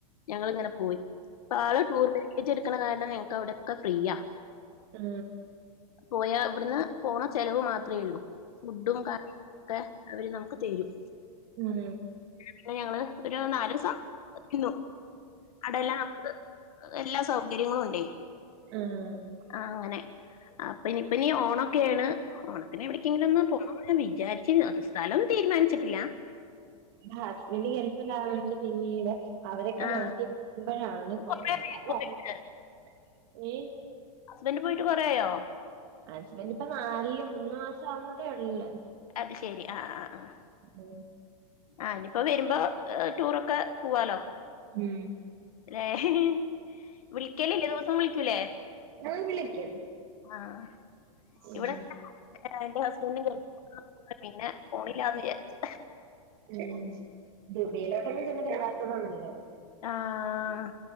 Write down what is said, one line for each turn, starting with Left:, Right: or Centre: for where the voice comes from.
Left: ഞങ്ങളിങ്ങനെ പോയി ഇപ്പൊ ആള് ടൂർ പാക്കേജ് എടുക്കണ കാരണം ഞങ്ങക്ക് അവിടെക്കെ ഫ്രീ ആ.
Right: ആ
Left: പോയാ ഇവിടുന്ന് പോണ ചെിലവ് മാത്രമേ ഉള്ളൂ ഫുഡുംകാ. ഒക്കെ അവര് നമുക്ക് തരും.
Right: മ്
Left: അങ്ങനെ ഞങ്ങള് ഒരു നാല് ദിവസം നി ന്നു അവിടെല്ലാം നമുക്ക്. എല്ലാ സൗകര്യങ്ങളും ഉണ്ടെ.
Right: ആഹ്
Left: ആ അങ്ങനെ അപ്പ നിപ്പ നീ ഓണൊക്കെയാണ്. ഓണത്തിന് എവിടക്കെങ്കിലും പോണന്ന് വിചാരിചിന്നു അത് സ്ഥലംനും തീരുമാനിച്ചിട്ടില്ല.
Right: ഹസ്ബൻഡ ഗേൾഫിലാവോണ്ട് പിന്നീട് അവരൊക്കെ
Left: ആഹ്
Right: നട്ടി പോവുമ്പയാണ് പോണത്
Left: കൊറേ ആയോ
Right: <unintelligible>
Left: പോയിട്ട്
Right: ഏ
Left: ഹസ്ബൻഡ് പോയിട്ട് കൊറേ ആയോ?
Right: ഹസ്ബന്റ് ഇപ്പൊ നാല് മൂന്ന് മാസം ആവുന്നതേ ഉള്ള്
Left: അത് ശെരി ആ ആ ആഹ്
Right: ഉം
Left: ആ ഇനിയിപ്പോ വരുമ്പോ ടൂറൊക്കെ പോവാലോ?
Right: മ്
Left: ഏ ഹേ ഹേ വിളിക്കലല്ലേ ദിവസം വിളിക്കൂലേ?
Right: ആ വിളിക്കും
Left: ആഹ്
Right: ഉം
Left: ഇവിടെ എന്റെ ഹസ്ബൻഡും ഗൾഫിൽ പിന്നെ പോണിലാന്ന് വിചാരിച്ചു.
Right: ഉ ദുബൈയിലോക്കെ ചെന്ന് കേറാത്തത നല്ലത്.
Left: ആഹ്